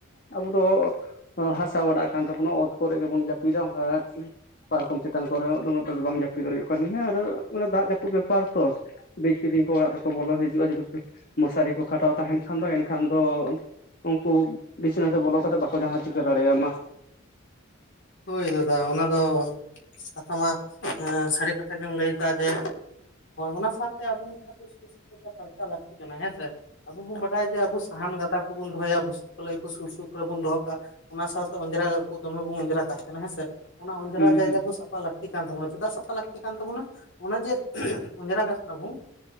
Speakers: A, on the left (about 45°); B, on the left (about 60°).
A: ᱟᱵᱚ ᱫᱚ ᱦᱟᱥᱟ ᱚᱲᱟᱜ ᱠᱟᱱ ᱛᱟᱵᱚᱱᱟ ᱚᱛ ᱠᱚᱨᱮ ᱜᱮᱵᱚᱱ ᱡᱟᱹᱯᱤᱫᱟ ᱚᱱᱠᱟ ᱯᱟᱨᱠᱚᱢ ᱪᱮᱛᱟᱱ ᱠᱚᱨᱮ ᱦᱚᱸᱫᱚᱢᱮ ᱛᱮ ᱫᱚ ᱵᱟᱝ ᱡᱟᱹᱯᱤᱫ ᱦᱩᱭᱩᱜ ᱠᱟᱱ ᱦᱮᱸ ᱟᱨ ᱚᱱᱮ ᱫᱟᱜ ᱡᱟᱹᱯᱩᱫ ᱵᱮᱯᱟᱨ ᱛᱚ ᱵᱤᱡ ᱠᱤᱫᱤᱧ ᱠᱚ ᱚᱲᱟᱜ ᱛᱮᱠᱚ ᱵᱚᱞᱚ ᱦᱤᱡᱩᱜᱼᱟ ᱡᱩᱫᱤ ᱢᱚᱥᱟᱨᱤ ᱠᱚ ᱠᱷᱟᱴᱟᱣ ᱛᱟᱦᱮᱱ ᱠᱷᱟᱱ ᱫᱚ ᱮᱱᱠᱷᱟᱱ ᱫᱚ ᱩᱱᱠᱩ ᱵᱤᱪᱱᱟᱹ ᱵᱚᱞᱚ ᱠᱟᱛᱮᱮᱫ ᱵᱟᱠᱚ ᱡᱟᱦᱟᱸ ᱪᱤᱠᱟᱹ ᱫᱟᱲᱮᱭᱟᱜᱟ
B: ᱦᱳᱭ ᱫᱟᱫᱟ ᱚᱱᱟ ᱫᱚ ᱠᱟᱛᱷᱟ ᱢᱟ ᱥᱟᱹᱨᱤ ᱠᱟᱛᱷᱟ ᱜᱮᱢ ᱞᱟᱹᱭᱫᱟ ᱡᱮ ᱚᱱᱟ ᱥᱟᱶᱛᱮ ᱟᱵᱚ ᱡᱟᱦᱟᱸ ᱫᱚ <unintelligible> ᱠᱷᱨᱪᱟ ᱞᱟᱠᱛᱤ ᱠᱟᱱᱟ ᱦᱮᱸ ᱥᱮ ᱟᱵᱚ ᱵᱚᱱ ᱵᱟᱰᱟᱭᱟ ᱡᱮ ᱟᱵᱚ ᱥᱟᱦᱟᱱ ᱜᱟᱫᱟᱷᱟ ᱠᱚᱵᱚᱱ ᱫᱚᱦᱚᱭᱟ ᱵᱩᱥᱤᱵ ᱯᱞᱟᱹᱭ ᱥᱩᱨ ᱥᱩᱨ ᱠᱚᱨᱮ ᱵᱚᱱ ᱫᱚᱚ ᱠᱟᱜᱼᱟ ᱚᱱᱟ ᱥᱟᱶᱛᱮ ᱚᱸᱡᱽᱨᱟ ᱠᱚ ᱫᱚᱢᱮ ᱵᱚᱱ ᱚᱸᱡᱽᱨᱟ ᱠᱟᱜ ᱠᱟᱱᱟ ᱦᱮᱸ ᱥᱮ ᱚᱱᱟ ᱚᱸᱡᱽᱨᱟ
A: ᱦᱩᱸ
B: ᱡᱟᱭᱜᱟ
A: ᱦᱩᱸ
B: ᱠᱚ ᱥᱟ ᱥᱟᱯᱷᱟ ᱞᱟᱹᱠᱛᱤ ᱠᱟᱱ ᱛᱟᱵᱚᱱᱟ ᱪᱮᱫᱟᱜ ᱥᱟᱯᱷᱟ ᱞᱟᱹᱠᱛᱤ ᱠᱟᱱ ᱛᱵᱚᱱᱟ ᱚᱱᱮ ᱡᱮ ᱚᱸᱡᱽᱨᱟᱟᱜ ᱠᱟᱱᱟ ᱵᱚᱱ